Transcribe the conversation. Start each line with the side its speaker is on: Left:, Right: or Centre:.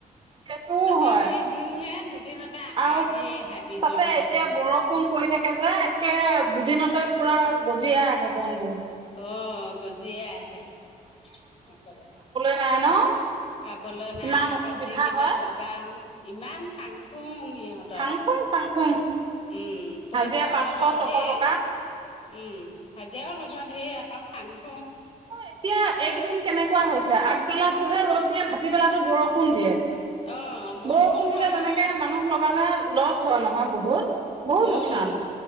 Right: সেইটোও
Left: চাফা
Right: হয়
Left: কৰি দিওহে দিনতে আকৌ
Right: আৰু
Left: আহি হাবি
Right: তাতে
Left: জংঘল
Right: এতিয়া
Left: হল
Right: বৰষুণ পৰি থাকে যে সেয়া দুদিনতে পুৰা গজি আহে ব বত
Left: অ গজিয়ে আহে অহ
Right: না ন
Left: খাবলৈ নাই
Right: ইমান
Left: আকৌ
Right: অসুবিধা
Left: যিকেইটা
Right: হয়
Left: লগাও ইমান ফাং ফুং সিহঁতৰ
Right: ফাং ফুং ফাং ফুং
Left: উম পইচাও
Right: হাজিৰা পাঁচশ
Left: ল'বও
Right: ছশ
Left: ধেই
Right: টকা
Left: উম হাজিৰাও ল'ব হে আ একৌ ফাং ফুং
Right: এতিয়া এইকেইদিন কেনেকুৱা হৈছে আগবেলাতোহে ৰ'দ দিয়ে ভাটিবেলাতো বৰষুণ দিয়ে
Left: অ
Right: বৰষুণ দিলে
Left: হয়
Right: তেনেকে মানুহ লগালে লচ হয় নহয় বহুত বহুত লোকচান
Left: উম